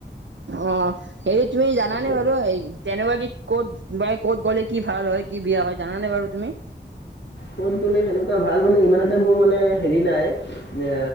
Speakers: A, on the right; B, on the left.
A: অ হেৰি তুমি জানানে
B: তাকে
A: বাৰু তেনেকুৱা কি ক'ত বা ক'ত গ'লে কি ভাল হয় কি বিয়া হয় জানানে বাৰু তুমি?
B: ক'ত গ'লে সেনেকুৱা ভাল মানে ইমান এটা মোৰ মানে হেৰি নাই এ